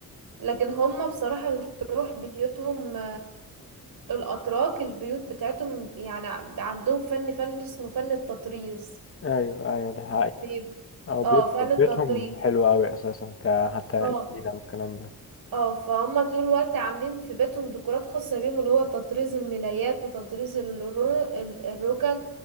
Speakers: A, on the right; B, on the left.
A: لكن هم بصراحة تروح بيوتهم الأتراك البيوت بتاعتهم يعني عندهم فن فن اسمه فن التطريز
B: ايوه ايوه ده حقيقة
A: بي-
B: او
A: اه
B: بيت
A: فن التطريز
B: بيتهم حلو قوي اساسا ك حتى
A: اه
B: الزينه والكلام ده
A: اه فهم طول الوقت عاملين في بيتهم ديكورات خاصة بيهم اللي هو تطريز الملايات وتطريز الرو... ال- الركن